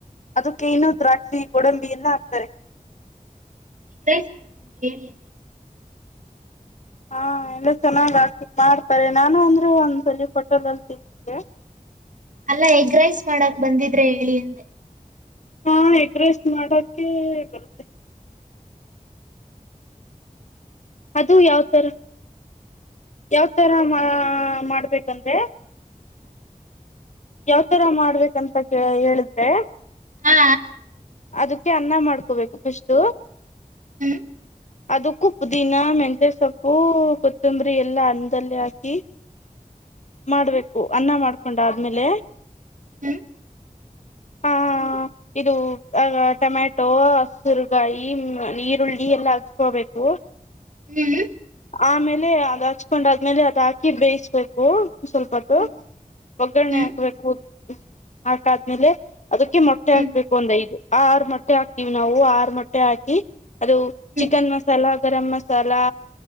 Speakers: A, on the left; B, on the right.
A: ಅದಕ್ಕೆ ಇನ್ನುೂ ದ್ರಾಕ್ಷಿ ಗೋಡಂಬಿ ಎಲ್ಲ ಹಾಕ್ತಾರೆ
B: ಈಗೈಸ್ ಮಾಡಕ್ ಬಂದ ಹೇಳಿ ಅಂತ
A: ಹಾ ಎಲ್ಲ ಚೆನ್ನಾಗ್ ಆಗ್ತೀನಿ ಮಾಡ್ತಾರೆ ನಾನು ಅಂದ್ರರು ಒಂದ್ ಸಲಿ ಕೊಟ್ಟಲಲ್ ತಿನ್ನಿಗೆ ಹ
B: ಅಲ್ಲಾ ಎಗ ರೈಸ್ ಮಾಡಕ್ ಬಂದಿದ್ರೆ ಹೇಳಿ ಅಂದೆ
A: ಹಾ ಎಡ್ರೆಸ್ಟ್ ಮಾಡೋಕೆ ಬರುತ್ತೆ ಅದು ಯಾವ್ತರ ಯಾವತರ ಮಾ ಮಾಡ್ಬೇಕಂದ್ರೆ ಯಾವತರ ಮಾಡ್ಬೇಕಂತ ಕ ಹೇಳಿದ್ರೆ
B: ಹಾ
A: ಅದಕ್ಕೆ ಅನ್ನ ಮಾಡ್ಕೋಬೇಕು ಫಸ್ಟ್
B: ಹಲೊ.
A: ಅದಕ್ಕೂ ಪುದೀನ ದಿನ ಮೆಂಂತೆ ಸೊಪ್ಪು ಕೊತ್ತಂಬರಿ ಎಲ್ಲಾ ಅನ್ನದಲ್ಲೇ ಹಾಕಿ. ಮಾಡ್ಬೇಕು ಅನ್ನ ಮಾಡ್ಕೊಂಡ ಆದ್ಮೇಲೆ.
B: ಹ್ಮ್.
A: ಹಾ. ಇದು ಆ ಟೊಮ್ಯಾಟೊ ಹಸುರ್ಗಾಯಿ ಈರುಳ್ಳಿ ಎಲ್ಲ ಹಚ್ಕೋಬೇಕು. ಕು.
B: ಹ್ಮ್ಹ್.
A: ಆಮೇಲೆ ಅದ್ ಹಚ್ಕೊಂಡ್ ಅದ್ಮೇಲೆ ಅದ ಹಾಕಿ ಬೇಯಿಸ್ಬೇಕು. ಸ್ವಲ್ಪ ಹೊತ್ತು
B: ಹ್ಮ್
A: ಒಗ್ಗರಣೆ
B: ಹ್ಮ್
A: ಹಾಕ್ಬೇಕು
B: ಹ್ಮ್
A: ಹಾಕ ಆದ್ಮೇಲೆ. ಅದಕ್ಕೆ ಮೊಟ್ಟೆ
B: ಹ್ಮ್
A: ಹಾಕ್ಬೇಕು ಒಂದ್ ಐದು ಆರ ಮೊಟ್ಟೆ ಹಾಕ್ತೀವಿ ನಾವು ಆರು ಮೊಟ್ಟೆ ಹಾಕಿ. ಅದು
B: ಹ್ಮ್
A: ಚಿಕನ್ ಮಸಾಲಾ ಗರಂ ಮಸಾಲಾ.